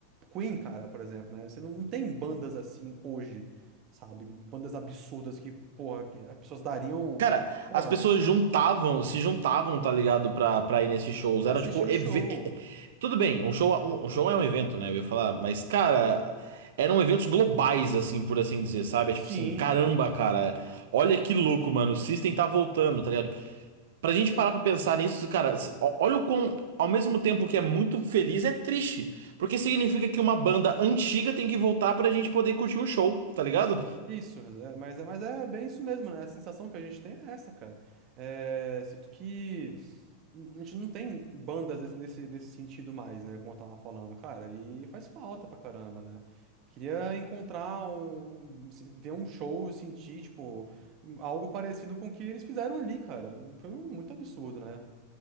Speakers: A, on the right; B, on the right.
A: Queen, cara, por exemplo, né? Você não, não tem bandas assim hoje, sabe? Bandas absurdas que, porra, que as pessoas dariam,
B: Cara,
A: porra,
B: as pessoas juntavam, se juntavam, tá ligado? Pra, pra ir nesses shows.
A: pra
B: Era
A: assistir
B: tipo.
A: o
B: eve-
A: show.
B: eh, Tudo bem, um show, um, um show é um evento, né? Eu ia falar, mas, cara, eram eventos globais, assim, por assim dizer, sabe? É
A: Sim,
B: tipo assim, caramba, cara, olha que louco, mano. O System tá voltando, tá ligado? Pra gente parar pra pensar nisso, cara, se- ó- olha o quão. Ao mesmo tempo que é muito feliz, é triste. Porque significa que uma banda antiga tem que voltar pra gente poder curtir um show, tá ligado?
A: isso, é, mas, é, mas é bem isso mesmo, né? A sensação que a gente tem é essa, cara. É, sinto que. a gente não tem bandas nesse, nesse, nesse sentido mais, né? Como eu tava falando, cara, e faz falta pra caramba, né? Queria encontrar um, se- ver um show, sentir, tipo, algo parecido com o que eles fizeram ali, cara. Foi um, muito absurdo, né?